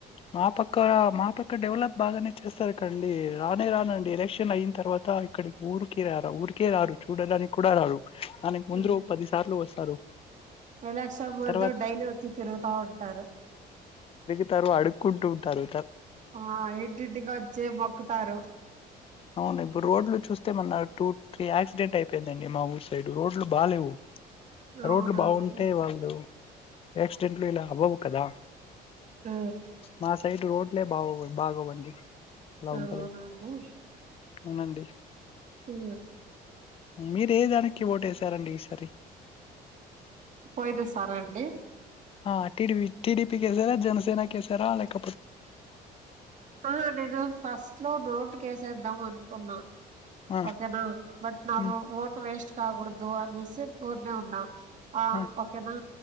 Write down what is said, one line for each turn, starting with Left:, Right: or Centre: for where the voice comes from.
Left: మా పక్క మా ఎక్కడ డెవలప్ బాగానే చేస్తారు కండి రా రానండి ఎలక్షన్ అయిన తర్వాత అ ఇక్కడికి ఊరికి రారా ఊరికే రారు చూడడానికి కూడా రారు ఆనకు ముందురు
Right: ఆ.
Left: పదిసార్లు వస్తారు
Right: ఎలక్షన్ ముందు
Left: తర్వాత
Right: డైలీ వచ్చి తిరుగుతా ఉంటారు
Left: అందరూ అడుక్కుంటుంటారు
Right: ఆ ఇంటి ఇంటికి గా వచ్చి మొక్కుతారు
Left: అవును ఇప్పుడు రోడ్లు చూస్తే మన్న టూ త్రీ యాక్సిడెంట్ అయిపోయిందండి మా ఊరు సైడ్ రోడ్లు బాలేవు
Right: అవునండి
Left: రోడ్లు బావుంటే వాళ్ళు యాక్సిడెంట్లు ఇలా అవ్వవు కదా
Right: ఆ
Left: మా రోడ్లే బాగో బాగోవండి అలా
Right: అవునండి
Left: ఉంటది. అవునండి
Right: ఉ
Left: మీరు ఏ దానికి ఓటేసారండి ఈసారి
Right: పోయిన సారండి
Left: ఆ టిడిపి టి డి పికి కేసర జనసేన కేసరా లేక
Right: ఆ నేను ఫస్ట్ లో నోటు కేసేద్దాం అనుకున్నా
Left: ఆ
Right: ఓకేనా బట్ నా
Left: ఉమ్
Right: ఓట్ వేస్ట్ కాగూడదు అనేసి రఉన్నా
Left: ఆ
Right: ఓకేనా